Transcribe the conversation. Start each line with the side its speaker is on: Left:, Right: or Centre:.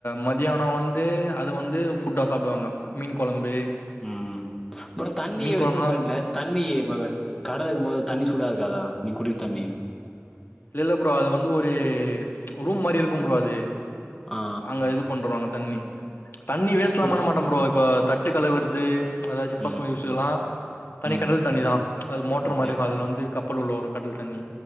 Left: மத்யானோ வந் ந்து அது வந்து ஃபுட்டா சாப்டுவாங்க. மீன் கொழம்பு
Centre: உம் உம் ப்ரோ தண்ணி
Left: மீன் கொழம்புலாம்
Centre: எட்த்துனு போய்ருவிங்ளா தண்ணி எது கடல் இருக்கும் போது தண்ணி சூடா இருக்காதா நீ குடி தண்ணி
Left: இல்ல ப்ரோ அது வந்து ஒரு ரூம் மாரி இருக்கும் ப்ரோ அது
Centre: ஆ
Left: அங்க இது பண்றுவாங்க தண்ணி தண்ணி வேஸ்ட்லா
Centre: குளி
Left: பண்ண மாட்ட ப்ரோ இப்ப தட்டு கழுவற்து எதாச்சு ஃபர்ஸ்னல்
Centre: ம்
Left: யூஸுக்குலா தனி
Centre: ம்
Left: கடல் தண்ணி தா அது மோட்ரு
Centre: ஓ அப்டியா
Left: மாரிருக்கு அதுல வந்து கப் ப்பல் உள்ள வரு கடல் தண்ணி